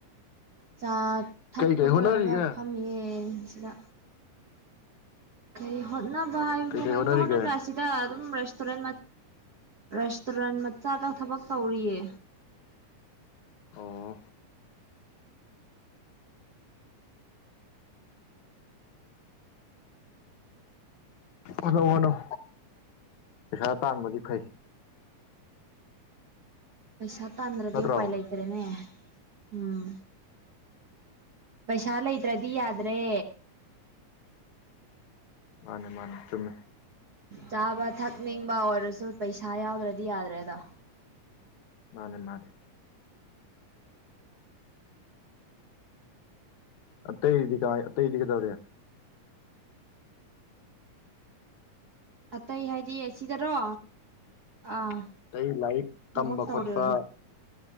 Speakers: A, on the right; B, on the left.
A: ꯆꯥꯛ ꯊꯛꯄ
B: ꯀꯩ ꯀꯩ ꯍꯣꯠꯅꯔꯤꯒꯦ
A: ꯂꯣꯏꯔꯒ ꯐꯝꯌꯦ ꯁꯤꯗ ꯀꯩ ꯍꯣꯠꯅꯕ ꯍꯥꯏꯕꯕꯨ
B: ꯀꯩ ꯀꯩ
A: ꯀꯩꯝꯇ
B: ꯍꯣꯠꯅꯔꯤꯒꯦ
A: ꯍꯣꯠꯅꯖꯔꯛꯑꯁꯤ ꯑꯛꯇ ꯑꯗꯨꯝ ꯔꯦꯁꯇꯨꯔꯦꯟ ꯔꯦꯁꯇꯨꯔꯦꯟ ꯃꯆꯥꯗ ꯊꯕꯛ ꯇꯧꯔꯤꯌꯦ
B: ꯑꯣ ꯍꯅꯣ ꯑꯅꯧ ꯄꯩꯁꯥ ꯇꯥꯡꯕꯗꯤ ꯐꯩ
A: ꯄꯩꯁꯥ ꯇꯥꯟꯗ꯭ꯔꯗꯤ
B: ꯅꯠꯇ꯭ꯔꯣ
A: ꯎꯄꯥꯏ ꯂꯩꯇ꯭ꯔꯦꯅꯦ ꯎꯝ ꯄꯩꯁꯥ ꯂꯩꯇ꯭ꯔꯗꯤ ꯌꯥꯗ꯭ꯔꯦ
B: ꯃꯥꯅꯦ ꯃꯥꯅꯦ ꯆꯨꯝꯃꯦ
A: ꯆꯥꯕ ꯊꯛꯅꯤꯡꯕ ꯑꯣꯔꯗꯔꯁꯨ ꯄꯩꯁꯥ ꯌꯥꯎꯗ꯭ꯔꯗꯤ ꯌꯥꯗ꯭ꯔꯦꯗꯣ
B: ꯃꯥꯅꯦ ꯃꯥꯅꯦ ꯑꯇꯩꯗꯤ ꯀꯥꯏ ꯑꯇꯩꯗꯤ ꯀꯩꯗꯧꯔꯦ
A: ꯑꯇꯩ ꯍꯥꯏꯗꯤ ꯑꯁꯤꯗꯔꯣ ꯑꯥ
B: ꯑꯇꯩ ꯂꯥꯏꯔꯤꯛ
A: ꯊꯕꯛ
B: ꯇꯝꯕ
A: ꯇꯧꯔꯦ
B: ꯈꯣꯠꯄ